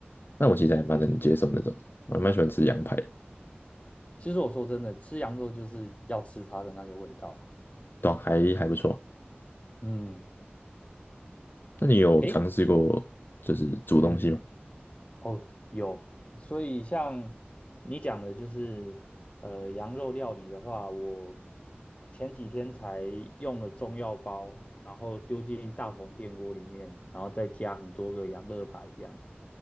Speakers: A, on the left (about 55°); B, on the left (about 30°).
A: 那我其实还蛮能接受那种的，我还蛮喜欢吃羊排的，
B: 其实我说真的，吃羊肉就是要吃它的那个味道，
A: 对啊还还不错。
B: 嗯。
A: 那你有尝试过就是煮东西吗？
B: 诶，嗯，哦，有，所以像你讲的，就是呃，羊肉料理的话，我前几天才用了中药包，然后丢进大同电锅里面，然后再加很多个羊肋排这样，